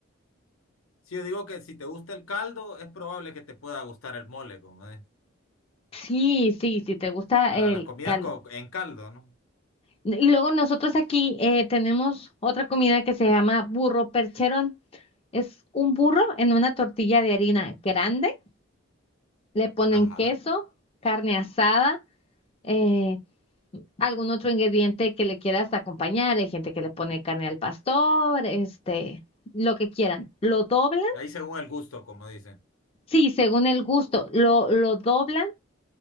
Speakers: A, on the left (about 80°); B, on the left (about 25°).
A: Sí, yo digo que si te gusta el caldo, es probable que te pueda gustar el mole, como es. Eh,
B: Sí, sí, sí, te gusta
A: Las
B: el
A: comidas
B: caldo.
A: co- en caldo, ¿no?
B: Y luego nosotros aquí eh, tenemos otra comida que se llama burro percherón. Es un burro en una tortilla de harina grande, le ponen
A: Ajá.
B: queso, carne asada eh, algún otro ingrediente que le quieras acompañar. Hay gente que le pone carne al pastor, este, lo que quieran. Lo doblan,
A: Ahí según el gusto, como dicen.
B: sí, según el gusto, lo, lo doblan